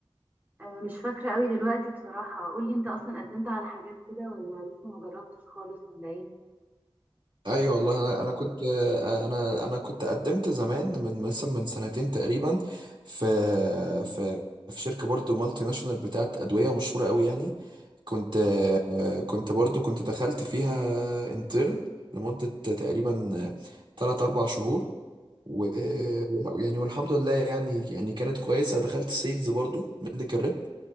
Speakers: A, on the right; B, on the right.
A: آه، مش فاكره قوي دلوقتي بصراحه قول لي انت اصلا قدمت على حاجات كده ولا لسه ما جربتش خالص ولا ايه
B: ايوه والله انا انا كنت انا انا كنت قدمت زمان من مثلا من سنتين تقريبا في في في شركه برضو مالتي ناشونال بتاعت ادويه مشهوره قوي يعني كنت كنت برضو كنت دخلت فيها انترن لمده تقريبا 3 4 شهور و يعني والحمد لله يعني يعني كانت كويسه دخلت سيلز برضو ميديكال ريب